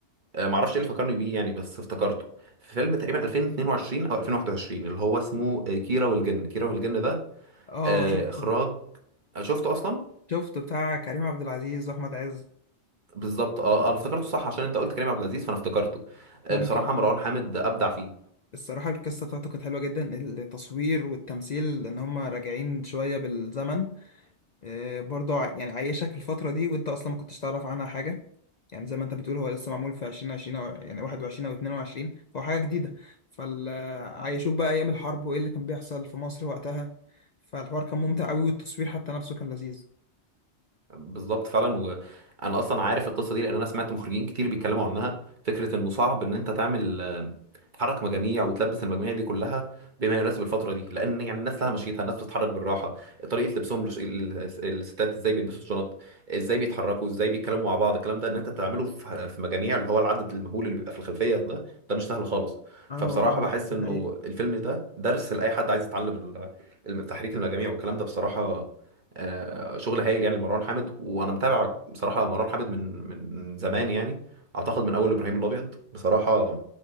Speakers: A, on the right (about 45°); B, on the left (about 45°).
A: آه، معرفش ايه اللي فكرني بيه يعني بس افتكرته في فيلم تقريبا 2022 او 2021 اللي هو اسمه آه، كيرة والجن كيرة والجن ده
B: أه
A: آه،
B: شفته
A: اخراج شفته اصلا
B: شفته بتاع كريم عبد العزيز وأحمد عز
A: بالظبط اه انا افتكرته صح عشان انت قلت كريم عبد العزيز فانا افتكرته آه،
B: ممكن
A: بصراحه
B: أه
A: مروان حامد ابدع فيه
B: الصراحة القصة بتاعته كانت حلوة جدا التصوير والتمثيل ان هما راجعين شوية بالزمن آه، برضه ع- يعني عايشك في الفترة دي وانت اصلا ما كنتش تعرف عنها حاجة يعني زي ما انت بتقول هو لسه معمول في عشرين عشرين او يعني واحد وعشرين او اتنين وعشرين فهو حاجة جديدة فعايشوك بقى ايام الحرب وايه اللي كان بيحصل في مصر وقتها فالحوار كان ممتع قوي والتصوير حتى نفسه كان لذيذ
A: بالظبط فعلا وانا اصلا عارف القصه دي لان انا سمعت مخرجين كتير بيتكلموا عنها فكره انه صعب ان انت تعمل تحرك مجاميع وتلبس المجاميع دي كلها بما يناسب الفتره دي لان يعني الناس لها مشيتها الناس بتتحرك بالراحه طريقه لبسهم لش... ال- الستات ازاي بيلبسوا الشنط ازاي بيتحركوا ازاي بيتكلموا مع بعض الكلام ده ان انت تعمله في في مجاميع اللي هو العدد المهول اللي بيبقى في الخلفيه ده ده مش سهل خالص
B: اه
A: فبصراحه
B: اه
A: بحس
B: دي
A: انه
B: حقيقة
A: الفيلم ده درس لاي حد عايز يتعلم ال- الم- تحريك المجاميع والكلام ده بصراحه آه، شغل هايل يعني لمروان حامد وانا متابع بصراحه مروان حامد من من زمان يعني اعتقد من اول ابراهيم الابيض بصراحه